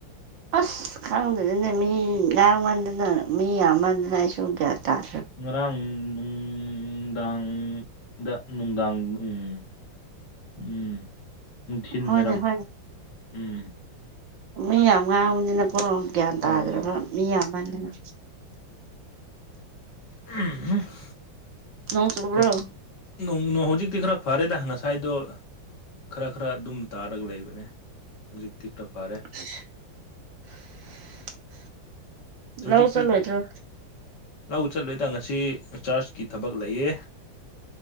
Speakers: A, on the right; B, on the left.
A: ꯑꯁ ꯈꯪꯗ꯭ꯔꯦꯅꯦ ꯃꯤ ꯉꯥꯡꯃꯟꯗꯅ ꯃꯤ ꯌꯥꯝꯃꯟꯗꯅ ꯑꯩꯁꯨ ꯒ꯭ꯌꯥꯟ ꯇꯥꯗ꯭ꯔꯕ
B: ꯉꯔꯥꯡ ꯅꯨꯡꯗꯥꯡꯗ ꯅꯨꯡꯗꯥꯡ ꯎꯝ ꯎꯝ ꯅꯨꯡꯊꯤꯟ
A: ꯍꯣꯏꯅꯦ
B: ꯋꯥꯏꯔꯝ
A: ꯍꯣꯏꯅꯦ
B: ꯎꯝ
A: ꯃꯤ ꯌꯥꯝ ꯉꯥꯡꯕꯅꯤꯅꯀꯣ ꯒ꯭ꯌꯥꯟ
B: ꯑꯣ
A: ꯇꯥꯗ꯭ꯔꯕ ꯃꯤ ꯌꯥꯝꯃꯟꯗꯅ
B: ꯎꯝ <inaudible>
A: ꯅꯣꯡ ꯆꯨꯕ꯭ꯔꯣ
B: ꯀꯩ- ꯅꯣꯡ ꯅꯣ ꯍꯧꯖꯤꯛꯇꯤ ꯈꯔ ꯐꯔꯦꯗ ꯉꯁꯥꯏꯗꯣ ꯈꯔ ꯈꯔ ꯑꯗꯨꯝ ꯇꯥꯔꯒ ꯂꯩꯕꯅꯦ ꯍꯧꯖꯤꯛꯇꯤ ꯈꯔ ꯐꯔꯦ
A: <inaudible>
B: ꯍꯧꯖꯤꯛꯇꯤ
A: ꯂꯧ ꯆꯠꯂꯣꯏꯗ꯭ꯔꯣ
B: ꯂꯧ ꯆꯠꯂꯦꯗ ꯉꯁꯤ ꯆꯥꯔꯖꯀꯤ ꯊꯕꯛ ꯂꯩꯌꯦ